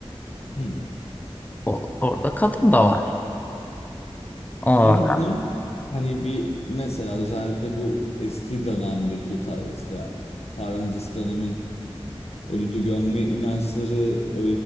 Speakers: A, on the left; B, on the left.
A: Hmm.
B: O- orada kadın da var. Ona
A: Peki
B: bak.
A: bunun hani bir mesela özellikle bu eski dönemdeki ta, işte tarih öncesi dönemin ölüdü gömme inançları e,